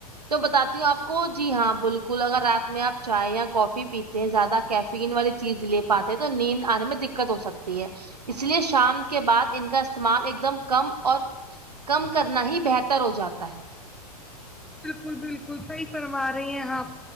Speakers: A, on the right; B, in the centre.
A: تو بتاتی ہوں آپ کو جی ہاں بالکل اگر رات میں آپ چائے یا کافی پیتے ہیں زیادہ کیف ین والی چیز لے پاتے ہیں تو نیند انے میں دقت ہو سکتی ہے اس لیے شام کے بعد ان کا استعمال ایک دم کم اور کم کرنا ہی بہتر ہو جاتا ہے
B: بالکل بالکل صحیح فرما رہی ہیں آپ